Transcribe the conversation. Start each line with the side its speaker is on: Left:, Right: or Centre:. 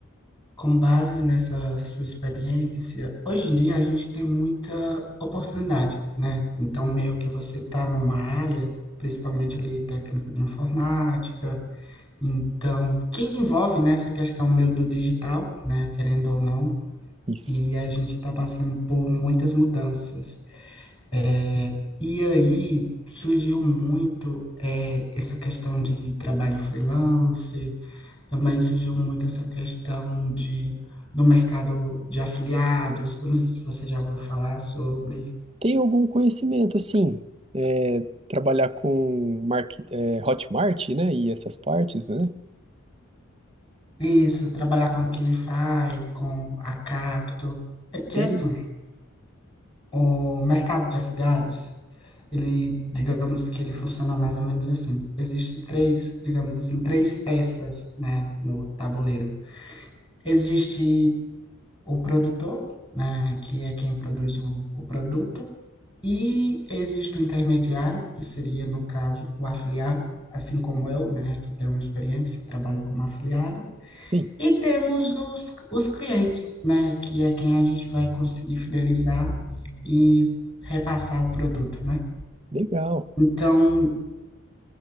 Left: com base nessa sua experiência, hoje em dia a gente tem muita oportunidade, né? Então, meio que você está numa área, principalmente ali técnico de informática, então, que envolve nessa questão meio do digital, né? Querendo ou não,
Right: isso.
Left: e a gente está passando por muitas mudanças. É, e aí surgiu muito é, essa questão de trabalho freelance também surgiu muito essa questão de, do mercado de afiliados. Eu não sei se você já ouviu falar sobre
Right: Tem algum conhecimento, assim, É trabalhar com market, eh, Hotmart, né? E essas partes, né?
Left: isso, trabalhar com a Qlify, com a Cacto. É porque,
Right: Sim,
Left: assim, o, o mercado de afiliados, ele, digamos que ele funciona mais ou menos assim. Existe três, digamos assim, três peças, né, no tabuleiro. Existe o produtor, né, que é quem produz o, o produto. E existe o intermediário, que seria, no caso, o afiliado, assim como eu, né, que tem uma experiência e trabalha como afiliado.
Right: sim,
Left: E temos os, os clientes, né, que é quem a gente vai conseguir fidelizar e repassar o produto, né?
Right: legal,
Left: Então,